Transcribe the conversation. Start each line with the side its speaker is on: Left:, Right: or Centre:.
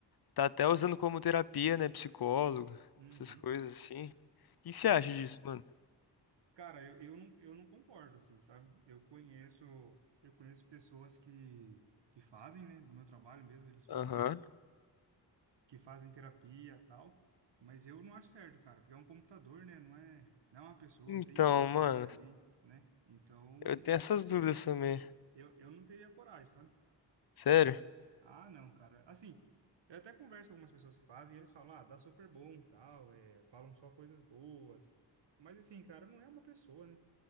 Left: tá até usando como terapia, né? Psicólogo,
Right: Uhum.
Left: essas coisas assim. O que que você
Right: É,
Left: acha
Right: então.
Left: disso, mano?
Right: Cara, eu, eu, não, eu não concordo, assim, sabe? Eu conheço, eu conheço pessoas que, que fazem, né? Do meu trabalho mesmo, eles falam
Left: Aham.
Right: que que fazem terapia e tal, mas eu não acho certo, cara, porque é um computador, né? Não é, não é uma pessoa,
Left: Então,
Right: não tem empatia
Left: mano,
Right: ali, né? Então,
Left: eu tenho essas dúvidas também.
Right: eu, eu não teria coragem, sabe?
Left: Sério?
Right: Eu, ah, não, cara. Assim, eu até converso com algumas pessoas que fazem e eles falam, ah, dá super bom, tal, é, falam só coisas boas. Mas assim, cara, não é uma pessoa, né?